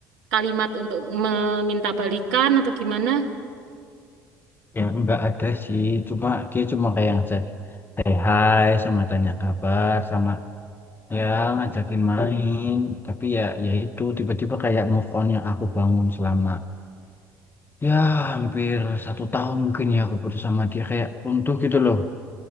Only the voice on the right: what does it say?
kalimat untuk meminta balikan atau gimana?